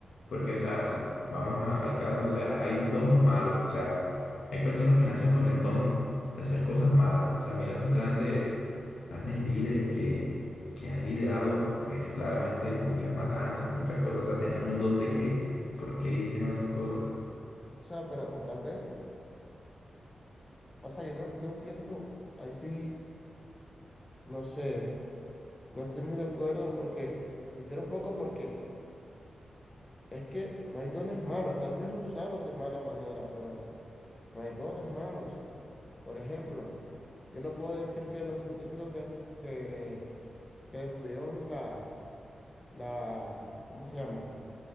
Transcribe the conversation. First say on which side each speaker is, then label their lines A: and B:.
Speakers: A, on the left; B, on the left.
A: Porque, o sea, si vamos a- al caso, o sea, hay don malos, o sea, hay personas que nacen con el don de hacer cosas malas. O sea, mira esos grandes, grandes líderes que, que han liderado, pues claramente muchas matanzas y muchas cosas. O sea, tenían un don de qué, ¿por qué hicieron esas cosas?
B: O sea, pero, o tal vez, o sea, yo no, no pienso, ahí sí, no sé, no estoy muy de acuerdo porque, difiero un poco porque... Es que no hay dones malos, tal vez lo usaron de mala manera, pero no hay dones malos. Por ejemplo, yo no puedo decir que los científicos que, que, que descubrieron la, la, ¿cómo se llama?